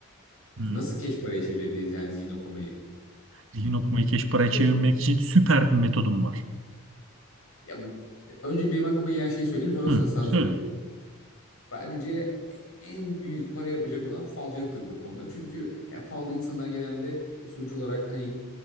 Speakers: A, on the right (about 65°); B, on the left (about 75°).
A: Hı.
B: Nasıl keş paraya çevirebilirsin yani zihin okumayı?
A: Zihin okumayı keş paraya çevirmek
B: Şöyle,
A: için süper bir metodum var.
B: ya, önce benim aklıma gelen şeyi söyleyeyim sonra sa-
A: Hı,
B: sana
A: söyle.
B: sorayım. Bence en büyük para yapacak olan falcılıktır bu konuda. Çünkü yani falda insanlar genelde e, sonuç olarak hani